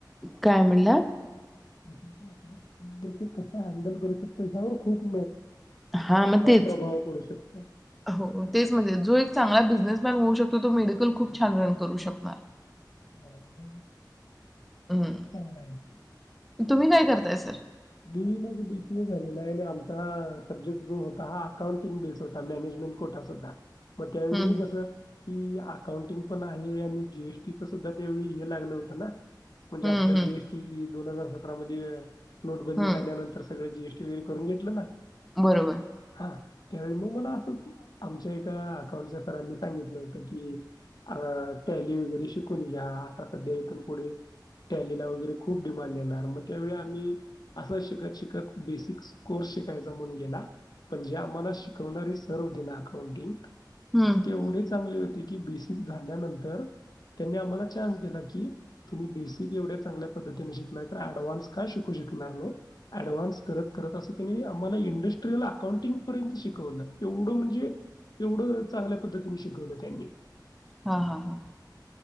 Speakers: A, in the centre; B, on the left.
A: काय म्हणला
B: न आपल्याला सिल्क वरती कस हँडल करू शकतो त्यावर खूप
A: हा मग तेच
B: प्रभाव पडू शकतो.
A: हो तेच म जो एक चांगला बिझनेसमॅन होऊ शकतो तो मेडिकल खूप छान रन करू शकणार.
B: <unintelligible>
A: हम्म. तुम्ही काय करताय सर?
B: बीई म्हणजे बीसीए झालेला आहे आणि आमचा सब्जेक्ट जो होता हा अकाउंटिंग बेस होता मॅनेजमेंट कोटा सुद्धा म त्यावेळी
A: हम्म
B: मी कस की अकाउंटिंग पण आहे आणि जीएसटीच सुद्धा त्या वेळी हे लागलं होतं ना म्हणजे
A: हम्म
B: आपल
A: हम्म
B: जीएसटी दोन हजार सतरा मधिये नोटबंदी
A: हं,
B: झाल्यानंतर सगळं जीएस की वीर करून घेतलं ना
A: बरोबर
B: हां, त्यावेळी मग मला असं आमच्या एका अकाउंटच्या सरांनी सांगितलं होत कीअअ टॅली वगैरे शिकून घ्या आता सध्या इथून पुढे टॅलीला वगैरे खूप डिमांड येणार मग त्यावेळी आम्ही असं शिकत शिकत बेसिक्स कोर्स शिकायचा म्हनू गेला पणजे आम्हाला शिकवणारे सर होते ना अकाउंटिंग
A: हं.
B: तेवढी चांगली होती की बेसिक झाल्यानंतर त्यांनी आम्हाला चान्स दिला की तुम्ही बेसिक एवढ्या चांगल्या पद्धतीने शिकलाय तर ऍडव्हान्स का शि कु शकणार नाही ऍडव्हान्स करत करत अस त्यांनी आम्हाला इंडस्ट्रीयल अकाउंटिंग पर्यंत शिकवलं एवढं म्हणजे एवढं चांगल्या पद्धतीने शिकवलं त्यांनी
A: हा हा हा